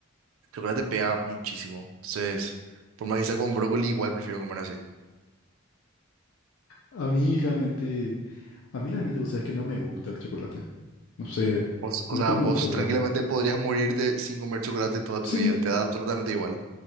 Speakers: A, on the right (about 85°); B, on the left (about 70°).
A: el chocolate pega muchísimo. Entonces, por más que sea con brócoli, igual prefiero comer así.
B: A mí realmente, a mí realmente, vos sabés que no me gusta el chocolate. No sé,
A: Vos- o
B: nunca
A: sea,
B: me
A: vos
B: gustó,
A: tranquilamente
B: realmente.
A: podrías morirte sin comer chocolate toda tu
B: Sí,
A: vida, te da absolutamente igual.